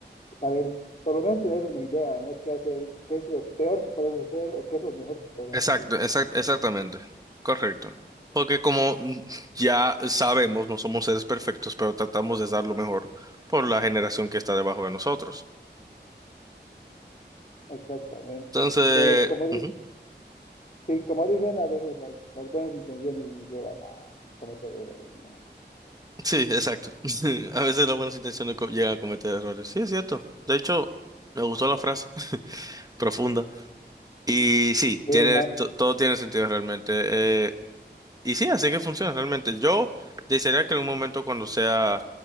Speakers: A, on the left (about 40°); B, on the right (about 20°).
A: saber, por lo menos tener una idea, ¿no? ¿Qué hacer? ¿Qué es lo peor que podemos hacer o qué es lo mejor que podemos
B: Exacto,
A: hacer con
B: exact-
A: esto?
B: exactamente. Correcto. Porque como mm, ya sabemos, no somos seres perfectos, pero tratamos de dar lo mejor por la generación que está debajo de nosotros.
A: Exactamente.
B: Entonces,
A: Pero como, di-
B: ujú,
A: sí, como dicen, a veces las, las buenas intenciones nos llevan a cometer errores, ¿no?
B: Sí, exacto. <laughs> A veces las buenas intenciones co- llegan a cometer errores. Sí, es cierto. De hecho, me gustó la frase <laughs> profunda. Y sí,
A: Sí,
B: tiene,
A: no,
B: to- todo tiene sentido realmente. Eh, Y sí, así que funciona realmente. Yo desearía que en un momento cuando sea,